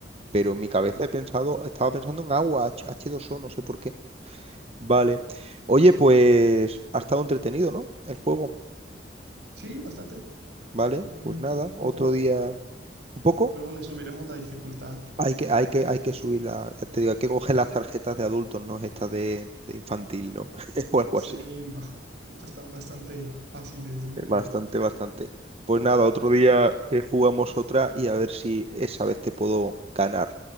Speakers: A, on the right; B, on the right.
A: pero en mi cabeza he pensado, estaba pensando en agua, H- H2O, no sé por qué. Vale. Oye, pues ha estado entretenido, ¿no? El juego,
B: Sí, bastante.
A: ¿vale?
B: Un,
A: Pues nada,
B: un poco.
A: otro día, un poco,
B: Luego le subiremos la dificultad.
A: hay que, hay que, hay que subir la, ya te digo, hay que coger las tarjetas de adultos, no estas de, de infantil, ¿no? <laughs> O algo
B: Sí,
A: así.
B: no. <laughs> Estas están bastante fáciles, diría
A: Eh, Bastante,
B: yo.
A: bastante. Pues nada, otro día eh, jugamos otra y a ver si esa vez te puedo ganar.